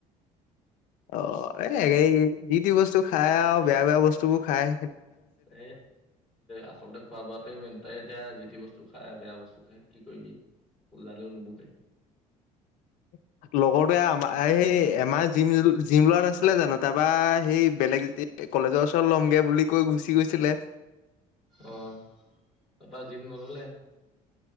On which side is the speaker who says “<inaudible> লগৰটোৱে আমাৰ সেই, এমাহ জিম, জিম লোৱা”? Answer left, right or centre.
Left